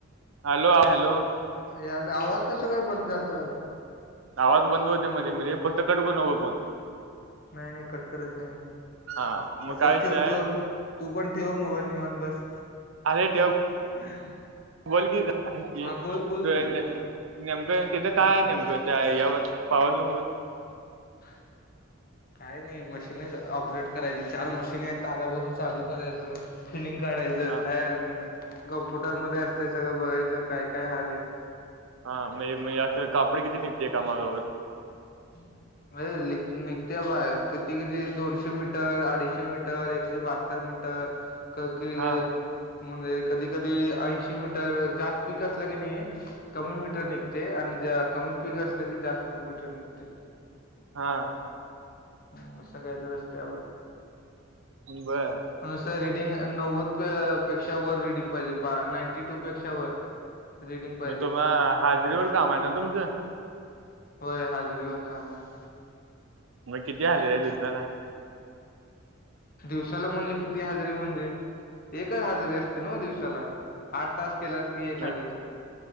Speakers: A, on the right; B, on the left.
A: hello hello.
B: याला आवाज कस काय बंद झालता अबा.
A: आवाज बंद होते मध्ये मध्ये फक्त कट नको करु फोन.
B: नाही नाही कट करत नाही मी.
A: हा मग
B: असंच
A: काय विषय
B: ठेवतो,
A: आहे
B: तू पण ठेव मोबाईल निवांत बस.
A: अरे ठेव
B: <unintelligible>
A: बोल की गं, ऐक की
B: हा बोल बोल बोल की
A: नेमकं तिथं
B: हम्म
A: काय नेमकं. ते यावर पावरलूम वर.
B: <unintelligible> काय नाही मशीनच ऑपरेट करायची, चार मशीन आहेत तारा भरून चालू करायचं. फिलिंग काढायचं
A: हा
B: काय अजून नाही. कम्प्युटरमध्ये असतेय सगळं बघायचं काय काय व्हालंय.
A: हा हा, म्हणजे म्हणजे असं कापड किती निघते कामावर.
B: <unintelligible> अ निघते बाहेर, किती किती दोनशे मीटर अडीचशे मीटर एकशे बहात्तर मीटर. ककी,
A: हा
B: म्हणजे कधी कधी ऐंशी मीटर जास्त पीक असलं की नाही. कमी मीटर निघते, आणि ज कमी पीक असलं की जास्त मीटर निघते.
A: हा.
B: ह सगळी हायत रस्त्यावर.
A: बरं.
B: नुसार रीडिंग नव्वद पेक्षा वर रीडिंग पाहिजे. बा नाईंटी टू पेक्षा वर <inaudible> पाहिजे
A: मग तुम्हा हाजरीवर काम आहे ना तुमचं.
B: व्हय हाजरीवर काम आहे.
A: मग किती हजरी आहे दिवसाला.
B: दिवसाला म्हणजे, किती हजरी म्हणजे एकच हजरी असते न्हव दिवसाला आठ तास केलास. की एक
A: नाही
B: हाजरी